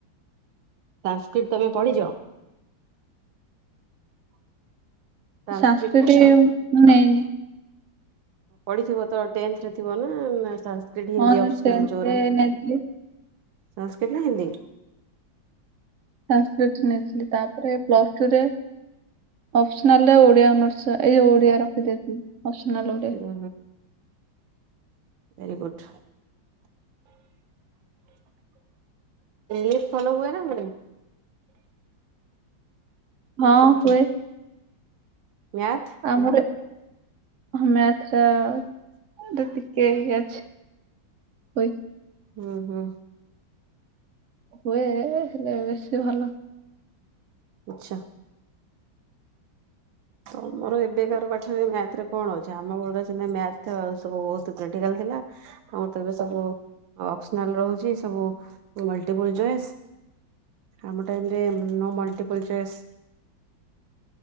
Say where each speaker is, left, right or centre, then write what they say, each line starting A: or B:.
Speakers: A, on the right (about 80°); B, on the right (about 55°).
A: ସଂସ୍କ୍ରିଟ ତମେ ପଢିଛ? ସାଂସ୍କ୍ରିଟ
B: ସଂସ୍କ୍ରିଟ
A: ତ
B: ମୁଁ ନେଇନି।
A: ପଢିଥିବ ତ ଟେନ୍ଥରେ ଥିବ ନା ନା ସା ଟି ହିନ୍ଦୀ
B: ହଁ
A: ଅପସନାଲ
B: ଟେନ୍ଥରେ
A: ଯୌରା?
B: ନେଇଥିଲି
A: ସଂସ୍କ୍ରିଟ ନା ହିନ୍ଦୀ?
B: ସଂସ୍କ୍ରିଟ ନେଇଥିଲି ତାପରେ ପ୍ଲସ ଟୁରେ ଅପସନାଲରେ ଓଡିଆ ଅନର୍ସ ଏଇ ଯୋଉ ଓଡିଆ ରଖୀଦେଇଥିଲି ଅପସନାଲ ଓଡିଆ।
A: ହୁଁ ହୁଁ ଭେରି ଗୁଡ୍ ଇଂଲିଶ ଭଲ ହୁଏ ନା ହୁଏନି?
B: ହଁ
A: ନା ସେମତି
B: ହୁଏ।
A: ମ୍ୟାଥ୍
B: ଆମର ହଁ ମ୍ୟା ର ହଁ ତ ଟିକେ ଇଏ ଅଛି। ହୁଏ
A: ହୁଁ ହୁଁ।
B: ହୁଏ ହେଲେ ବେଶି ଭଲ।
A: ଆଚ୍ଛା। ତମର ଏବେ କାର ପାଠରେ ମ୍ୟାଥରେ କଣ ଅଛି ଆମ ବେଳରେ ସିନା ମ୍ୟାଥ ସବୁ ବହୁତ କ୍ରିଟିକାଲ ଥି ଲା ତମର ତ ଏବେ ସବୁ ଅପସନାଲ ରହୁଛି ସବୁ ମଲଟିପୁଲ ଚଏସ। ଆମ ଟାଇମ ରେ ନୋ ମଲଟିପୁଲ ଚଏସ୍।